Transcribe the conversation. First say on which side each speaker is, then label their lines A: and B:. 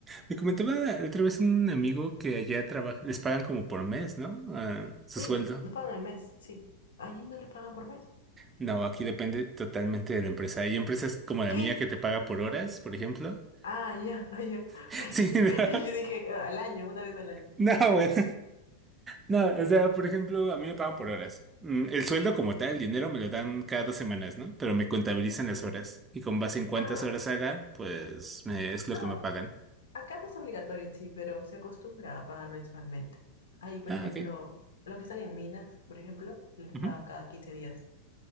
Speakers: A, on the right (about 20°); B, on the left (about 65°).
A: Me comentaba otra vez un amigo que allá trabaja, les pagan como por mes, ¿no? Ah, su
B: Sí,
A: sueldo.
B: no pagan el mes, sí. Allí no les pagan por mes.
A: No, aquí depende totalmente de la empresa. Hay empresas como la
B: ¿Qué?
A: mía que te paga por horas, por ejemplo.
B: Ah, ya, ah, ya.
A: <laughs>
B: <laughs>
A: Sí, no,
B: yo dije, al año, una vez al año.
A: no, bueno, no, o sea, por ejemplo, a mí me pagan por horas. Mm, El sueldo como tal, el dinero me lo dan cada dos semanas, ¿no? Pero me contabilizan las horas y con base en cuántas
B: ah
A: horas haga, pues me- es lo
B: No,
A: que me
B: ac-
A: pagan.
B: acá no es obligatorio en sí, pero se acostumbra a pagar mensualmente. Ahí, por
A: Ah,
B: ejemplo,
A: ok.
B: los que están en minas, por ejemplo, les
A: Ujú.
B: paga cada 15 días